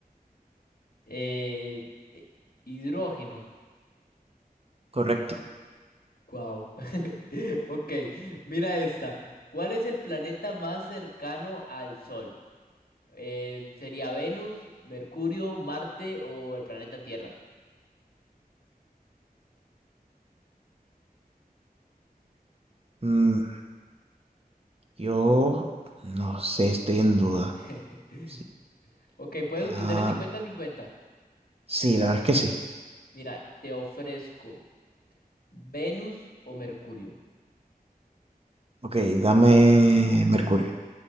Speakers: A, on the left; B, on the right.
A: Eh, eh, hidrógeno.
B: Correcto.
A: Wow. <laughs> Ok, mira esta. ¿Cuál es el planeta más cercano al Sol? Eh, ¿sería Venus, Mercurio, Marte o el planeta Tierra?
B: Mm, yo no sé, estoy en duda.
A: <laughs>
B: Sí,
A: Ok, puedes utilizar
B: ah,
A: el cincuenta-cincuenta.
B: sí, la verdad es que sí.
A: Mira, te ofrezco Venus o Mercurio.
B: Ok, dame Mercurio.